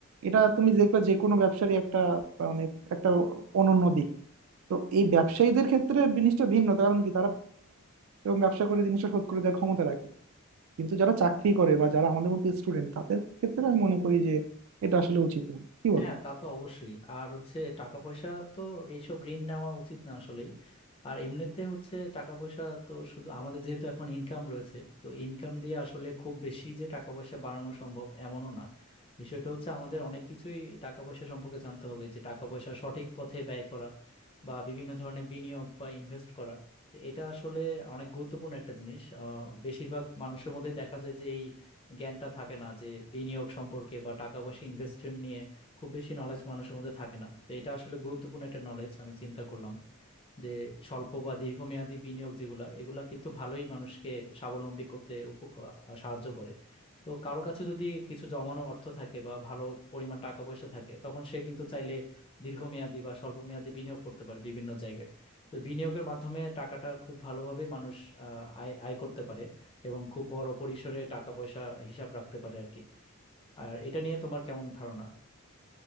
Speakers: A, on the right (about 75°); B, on the left (about 25°).
A: এটা তুমি দেখবা যে কোনো ব্যবসারই একটা মানে একটা অনন্য দিক তো এই ব্যবসায়ীদের ক্ষেত্রে জিনিসটা ভিন্ন কারণ কি এবং ব্যবসা করে জিনিসটা শোধ করে দেওয়ার ক্ষমতা রাখে কিন্তু যারা চাকরি করে বা যারা আমাদের মতো স্টুডেন্ট তাদের ক্ষেত্রে আমি মনে করি যে এটা আসলে উচিত না কি
B: হ্যাঁ
A: বলবো
B: তা তো অবশ্যই আর হচ্ছে টাকা পয়সা তো এইসব ঋণ নেওয়া উচিত না আসলেই আর এমনিতে হচ্ছে টাকা পয়সা তো শুধু আমাদের যেহেতু এখন ইনকাম রয়েছে তো ইনকাম দিয়ে আসলে খুব বেশি যে টাকা পয়সা বাড়ানো সম্ভব এমনও না বিষয়টা হচ্ছে আমাদের অনেক কিছুই টাকা পয়সা সম্পর্কে জানতে হবে যে টাকা পয়সা সঠিক পথে ব্যয় করা বা বিভিন্ন ধরনের বিনিয়োগ বা ইনভেস্ট করা তো এটা আসলে অনেক গুরুত্বপূর্ণ একটা জিনিস আহ, বেশিরভাগ মানুষের মধ্যেই দেখা যায় যে এই জ্ঞানটা থাকে না যে বিনিয়োগ সম্পর্কে বা টাকা পয়সা ইনভেস্টমেন্ট নিয়ে খুব বেশি নলেজ মানুষের মধ্যে থাকে না তো এটা আসলে গুরুত্বপূর্ণ একটা নলেজ আমি চিন্তা করলাম যে স্বল্প বা দীর্ঘমেয়াদী বিনিয়োগ যেগুলা এগুলা কিন্তু ভালোই মানুষকে স্বাবলম্বী করতে উপ- আহ, সাহায্য করে তো কারো কাছে যদি কিছু জমানো অর্থ থাকে বা ভালো পরিমাণ টাকা পয়সা থাকে তখন সে কিন্তু চাইলে দীর্ঘমেয়াদী বা স্বল্প মেয়াদী বিনিয়োগ করতে পারে বিভিন্ন জায়গায় তো বিনিয়োগের মাধ্যমে টাকাটা খুব ভালোভাবে মানুষ আহ, আয় আয় করতে পারে এবং খুব বড় পরিসরে টাকা পয়সা হিসাব রাখতে পারে আর কি আর এটা নিয়ে তোমার কেমন ধারণা